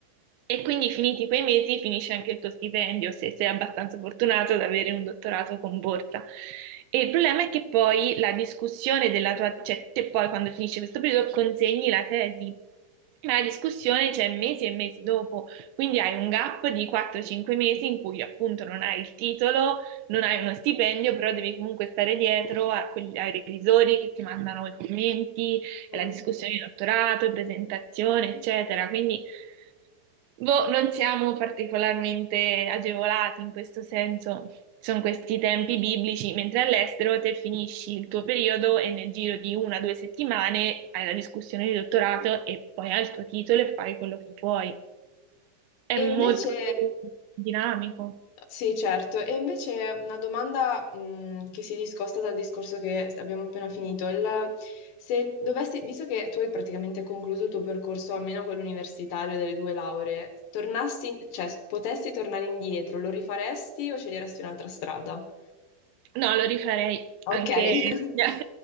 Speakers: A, on the right (about 80°); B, on the left (about 70°).
A: e quindi finiti quei mesi finisce anche il tuo stipendio se sei abbastanza fortunato ad avere un dottorato con borsa. E il problema è che poi la discussione della tua, cioè te poi quando finisce questo periodo consegni la tesi, ma la discussione c'è mesi e mesi dopo. Quindi hai un gap di 4-5 mesi in cui appunto non hai il titolo, non hai uno stipendio, però devi comunque stare dietro a quelli- ai revisori che ti mandano i commenti,
B: Mm.
A: la discussione di dottorato, presentazione, eccetera. Quindi boh, non siamo particolarmente agevolati in questo senso. Sono questi tempi biblici, mentre all'estero te finisci il tuo periodo e nel giro di una o due settimane hai la discussione di dottorato e poi hai il tuo titolo e fai quello che vuoi. È
B: E
A: molto
B: invece,
A: più dinamico.
B: sì, certo, e invece una domanda, mh, che si discosta dal discorso che abbiamo appena finito. Il- se dovessi, visto che tu hai praticamente concluso il tuo percorso, almeno quello universitario delle due lauree, tornassi, cioè, potessi tornare indietro, lo rifaresti o sceglieresti un'altra strada?
A: No, lo rifarei
B: Ok.
A: anche
B: <laughs>
A: <laughs> sia,